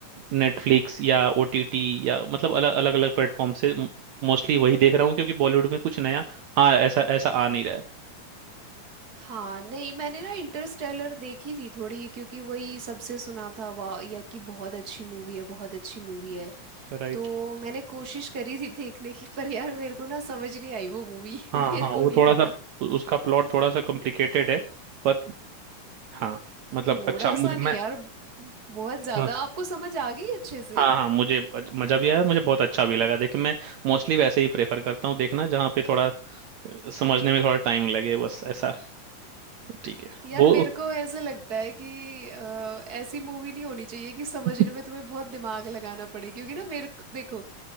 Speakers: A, on the right; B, on the right.
A: नेटफ्लिक्स या ओटीटी या मतलब अलग अलग अलग प्लेटफॉर्म से मोस्टली वही देख रहा हूँ क्योंकि बॉलीवुड में कुछ नया हाँ ऐसा ऐसा आ नहीं रहा है
B: हाँ नहीं मैंने ना इंटरस्टेलर देखी थी थोड़ी क्योंकि वही सबसे सुना था वाह या कि बहुत अच्छी मूवी है बहुत अच्छी मूवी है
A: राइट
B: तो मैंने कोशिश करी थी देखने की पर यार मेरे को ना समझ नहीं आई वो मूवी <laughs>
A: हाँ
B: मेरे
A: हाँ
B: को
A: वो
B: नहीं
A: थोड़ा
B: पता
A: सा उसका प्लॉट थोड़ा सा कॉम्प्लिकेटेड है बट हाँ मतलब
B: थोड़ा
A: अच्छा मुझे
B: सा
A: मैं
B: नहीं यार बहुत ज्यादा
A: हाँ
B: आपको समझ आ गई अच्छे से
A: हाँ हाँ मुझे ब- मजा भी आया और मुझे बहुत अच्छा भी लगा देखिए मैं मोस्टली वैसे ही प्रेफर करता हूँ देखना जहाँ पे थोड़ा अ, समझने में थोड़ा टाइम लगे बस ऐसा ठीक है
B: यार
A: वो
B: मेरे को ऐसे लगता है कि अ, ऐसी मूवी नहीं होनी चाहिए कि समझने
A: <laughs>
B: में तुम्हें बहुत दिमाग लगाना पड़े क्योंकि ना मेरे को देखो